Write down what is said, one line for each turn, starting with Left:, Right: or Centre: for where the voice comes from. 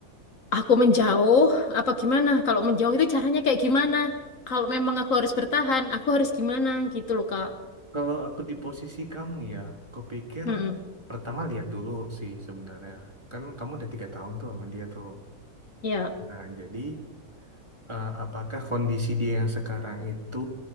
Left: aku menjauh, apa gimana? Kalau menjauh itu caranya kayak gimana? Kalau memang aku harus bertahan, aku harus gimana? Gitu loh, Kak.
Right: Kalau aku di posisi kamu ya, kupikir
Left: Mm-mm.
Right: Pertama lihat dulu sih sebenarnya. Kan kamu udah tiga tahun tuh sama dia tuh.
Left: Iya.
Right: Nah, jadi eh, apakah kondisi dia yang sekarang itu